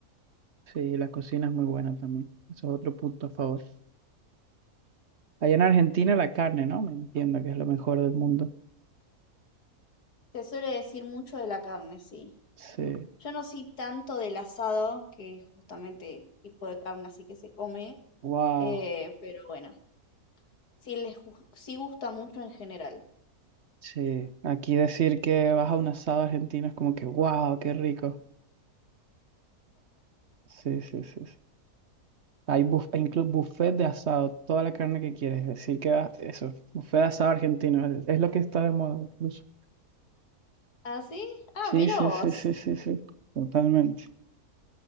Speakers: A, on the right; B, on the left.
A: sí, la cocina es muy buena también. Eso es otro punto a favor. Allá en Argentina la carne, ¿no? Me entiendo que es lo mejor del mundo.
B: Se suele decir mucho de la carne, sí.
A: Sí.
B: Yo no soy tanto del asado, que es justamente el tipo de carne así que se come,
A: Wow.
B: eh, pero bueno, sí les gu- sí gusta mucho en general.
A: Sí, aquí decir que vas a un asado argentino es como que, wow, qué rico. Sí, sí, sí. sí. Hay buf hay incluso buffet de asado, toda la carne que quieres. Decir que vas, eso, buffet de asado argentino, es, es lo que está de moda incluso.
B: ¿Ah, sí? Ah,
A: Sí,
B: mira
A: sí,
B: vos.
A: sí, sí, sí, sí, totalmente.